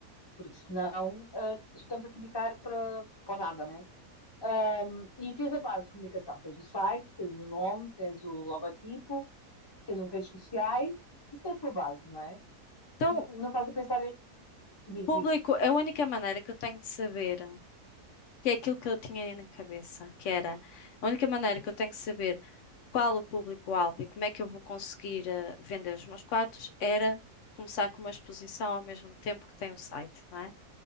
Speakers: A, on the left (about 20°); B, on the left (about 65°).
A: porque senão uh, estamos a comunicar para, para nada, né? Um, e tens a base de comunicação, tens o site, tens o nome, tens o logotipo, tens as redes sociais, isso é a tua base, não é?
B: Então,
A: Não estás a pensar em. Diz,
B: público,
A: diz.
B: a única maneira que eu tenho de saber, que é aquilo que eu tinha na cabeça, que era a única maneira que eu tenho de saber. qual o público-alvo e como é que eu vou conseguir eh, vender os meus quadros, era começar com uma exposição ao mesmo tempo que tem o site, não é?